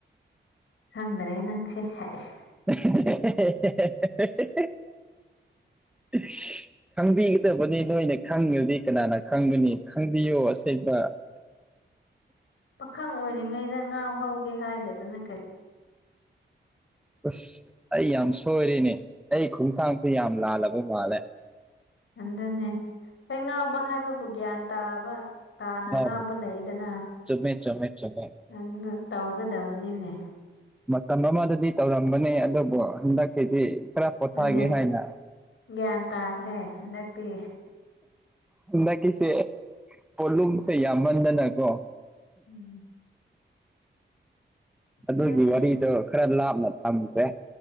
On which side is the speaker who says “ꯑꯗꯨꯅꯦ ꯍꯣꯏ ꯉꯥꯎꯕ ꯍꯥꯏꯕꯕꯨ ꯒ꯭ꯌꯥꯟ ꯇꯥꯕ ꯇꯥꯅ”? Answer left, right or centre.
Left